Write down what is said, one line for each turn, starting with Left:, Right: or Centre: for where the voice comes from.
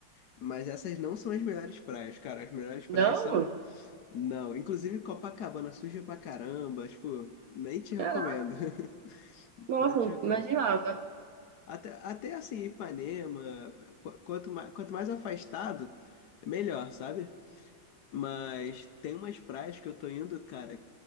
Left: Mas essas não são as melhores praias, cara. As melhores praias
Right: Não?
Left: são Não, inclusive Copacabana suja pra caramba, tipo, nem te recomendo.
Right: Caraca,
Left: <laughs>
Right: nossa,
Left: Não te
Right: não
Left: recomendo.
Right: imaginava.
Left: Até, até assim, Ipanema, qu- quanto mais, quanto mais afastado, é melhor, sabe? Mas tem umas praias que eu tô indo, cara,